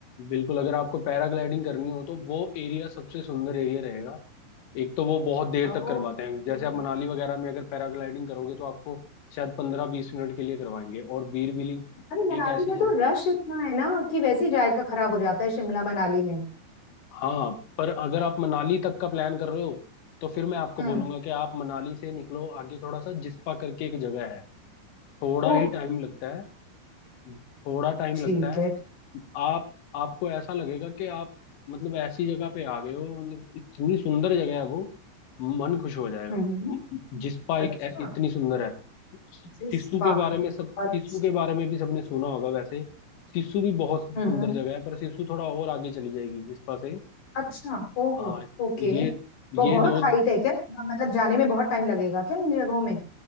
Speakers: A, on the left; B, on the left.
A: बिल्कुल अगर आपको पैराग्लाइडिंग करनी हो तो वो एरिया सबसे सुंदर एरिया रहेगा एक तो वो बहुत देर
B: ओके
A: तक करवाते हैं जैसे आप मनाली वगैरह में अगर पैराग्लाइडिंग करोगे तो आपको शायद पंद्रह बीस मिनट के लिए करवाएंगे और बीर बिलिंग
B: अरे मनाली
A: एक ऐसी
B: में
A: जगह
B: तो रश इतना है ना कि वैसे ही जायका खराब हो जाता है शिमला मनाली में
A: हाँ पर अगर आप मनाली तक का प्लान कर रहे हो तो फिर मैं आपको
B: हम्म
A: बोलूंगा कि आप मनाली से निकलो आगे थोड़ा सा जिस्पा करके एक जगह है थोड़ा
B: ओके
A: ही टाइम लगता है थोड़ा टाइम
B: ठीक
A: लगता है
B: है
A: आप आपको ऐसा लगेगा कि आप मतलब ऐसी जगह पे आ गए हो मतलब इतनी सुंदर जगह है वो मन खुश हो जाएगा
B: हम्म हम्म,
A: म- म- जिस्पा एक
B: अच्छा
A: ए- इतनी सुंदर है
B: जिस
A: सिस्सू
B: बात
A: के बारे में सब
B: अच्छा
A: सिस्सू के बारे में भी सबने सुना होगा वैसे सिस्सू भी बहुत
B: हम्म
A: सुंदर जगह है पर सिस्सू थोड़ा और आगे चली जाएगी जिस्पा से
B: अच्छा ओहो
A: हाँ
B: ओके
A: ये
B: वो
A: ये
B: बहुत
A: दो
B: हाइट है क्या मतलब जाने में बहुत टाइम लगेगा क्या इन जगहों में